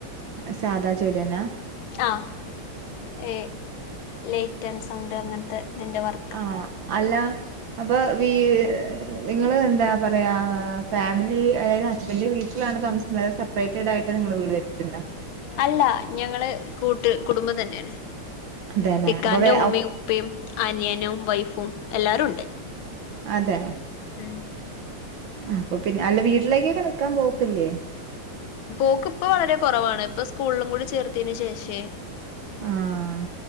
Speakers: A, on the right; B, on the left.
A: സാദാ ജോലിയന്നാ
B: ആഹ ഏഹ ലൈറ്റ് ആൻഡ് സൗണ്ട് അങ്ങനത്തെ ഇതിന്റെ വർക്ക്
A: ആഹ അല്ല അപ്പൊ വീ നിങ്ങള് എന്താ പറയാ ഫാമിലി അയി ഹസ്ബെന്റിന്റെ വീട്ടിലാണ് താമസിക്കുന്നത് അതൊ സെപ്പറേറ്റഡ് ആയിട്ട് നിങ്ങൾ വീട് വെച്ചിട്ടുണ്ടോ
B: അല്ല ഞങ്ങള് കൂട്ട് കുടുംബം തന്നെയാണ്
A: അതേല്ലേ
B: ഇക്കാന്റെ
A: അപ്പൊ വേ
B: ഉമ്മയും പ്പയും അനിയനും വൈഫും എല്ലാരു ഉണ്ട്
A: അതെ
B: ഉം
A: അപ്പൊ പിന്നെ അല്ല വീട്ടിലേക്കൊക്കെ നിക്കാൻ പോക്കില്ലേ
B: പോക്ക് ഇപ്പൊ വളരെ കുറവാണ് ഇപ്പൊ സ്കൂളിലും കൂടി ചേർത്തന് ശേഷേ
A: ആഹ്